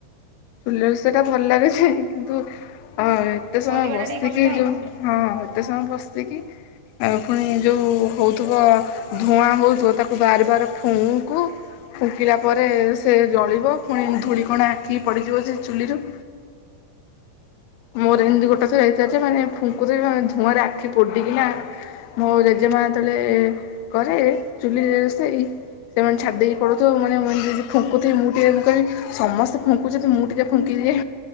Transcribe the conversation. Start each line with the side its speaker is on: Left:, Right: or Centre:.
Left: ଚୁଲି ରୋଷେଇ ଟା ଭଲ ଲାଗୁଛି କିନ୍ତୁ ଅ ଏ ଏତେ ସମୟ
Right: କରିବାଟା
Left: ବସିକି
Right: ଟିକେ କଷ୍ଟ ଆଉ।
Left: ଯୋଉ। ହଁ ଏତେ ସମୟ ବସିକି ଆଉ ପୁଣି ଯଉ ହଉଥିବ। ଧୂଆଁ ହଉଥିବ ତାକୁ ବାର ବାର ଫୁଙ୍କୁ। ଫୁଙ୍କିଲା ପରେ ସେ ଜଳିବ ପୁଣି ଧୂଳିକଣା ଆଖିକି ପଡିଯିବ ଯେ ଚୁଲିରୁ। ମୋର ଏମିତି ଗୋଟେ ଥର ହେଇଥିଲା ଯେ ମାନେ ଫୁଙ୍କୁ <unintelligible> ଧୂଆଁରେ ଆଖି ପୋଡିକିନା। ମୋ ଜେଜେମା ଯେତେବେଳେ କରେ ଚୁଲିରେ ରୋଷେଇ। ସେମାନେ ଛାଡି ଦେଇକି ପଳଉଥିବ ଏ ମାନେ ମାନେ ଯଦି ଫୁଙ୍କୁୁଥିବେ ମୁଁ ଟିକେ ମୁଁ କହିବି ସମସ୍ତେ ଫୁଙ୍କୁଛନ୍ତି ମୁଁ ଟିକେ। ଫୁଙ୍କିଦିଏ